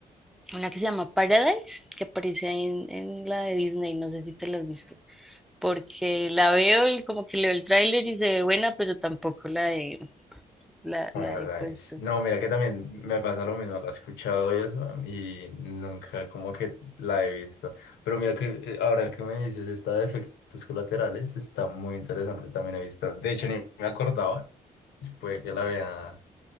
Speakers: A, in the centre; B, on the left (about 65°).
A: una que se llama Paradise, que aparece ahí en, en la de Disney, no sé si te la has visto, porque la veo y como que leo el tráiler y se ve buena, pero tampoco la he, la,
B: Paradise.
A: la he puesto.
B: No, mira que también me pasa lo mismo, la he escuchado y eso, y nunca como que la he visto. Pero mira que eh, ahora que me dices esta de efectos colaterales, está muy interesante, también he visto. De hecho, ni me acordaba, y puede que la vea